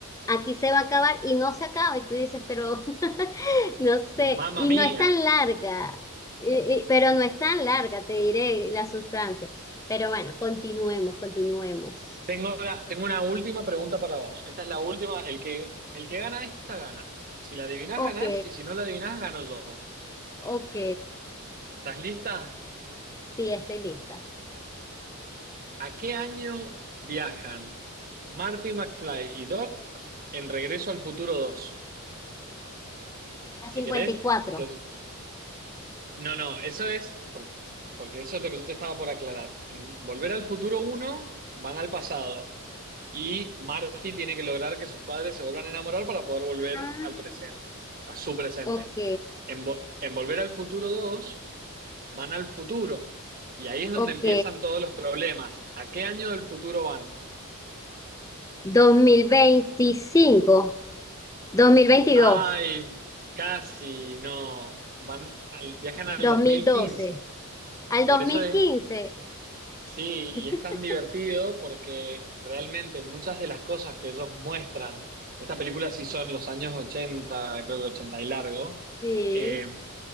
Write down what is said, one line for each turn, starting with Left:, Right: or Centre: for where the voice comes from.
Left: aquí se va a acabar y no se acaba y tú dices, pero <laughs> no sé,
Right: Mamma
Left: y
Right: mía.
Left: no es tan larga, y- y- pero no es tan larga, te diré la sustancia. Pero bueno, continuemos, continuemos.
Right: Tengo una, tengo una última pregunta para vos. Esta es la última. El que, el que gana esta gana. Si la adivinás,
Left: Ok,
Right: ganás. Y si no la adivinás, gano yo.
Left: ok,
Right: ¿Estás lista?
Left: sí, estoy lista.
Right: ¿A qué año viajan Marty McFly y Doc en Regreso al Futuro 2?
Left: A
Right: Si
Left: 54,
Right: querés. te- No, no, eso es. Porque, porque eso es lo que yo te estaba por aclarar. En Volver al Futuro uno van al pasado. Y Marty tiene que lograr que sus padres se vuelvan a enamorar para poder volver
Left: Ah,
Right: al presente, a su presente.
Left: ok.
Right: En, Vo- en Volver al Futuro dos van al futuro y ahí es donde
Left: Ok,
Right: empiezan todos los problemas. ¿A qué año del futuro van?
Left: dos mil veinticinco, dos mil veintidós,
Right: Ay, casi no. Van al- viajan al
Left: dos
Right: dos
Left: mil
Right: mil
Left: doce,
Right: quince.
Left: al
Right: Por
Left: dos
Right: eso
Left: mil
Right: es,
Left: quince.
Right: sí,
Left: <laughs>
Right: y es tan divertido porque realmente muchas de las cosas que ellos muestran, esta película sí son los años 80, creo que 80 y largo,
Left: Sí,
Right: eh,